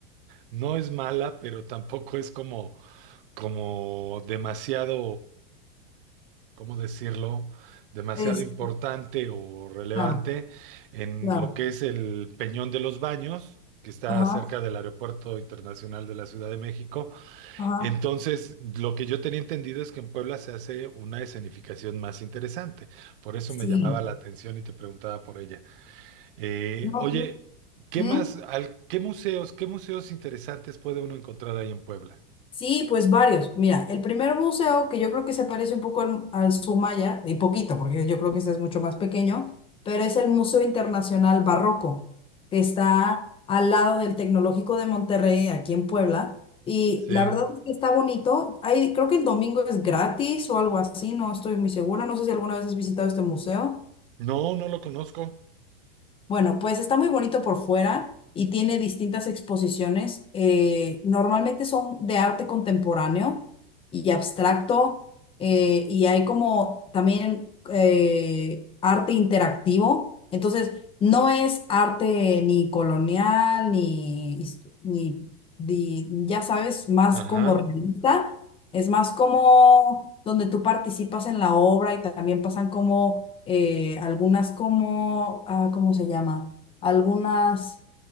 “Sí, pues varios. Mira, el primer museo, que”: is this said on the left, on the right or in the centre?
Left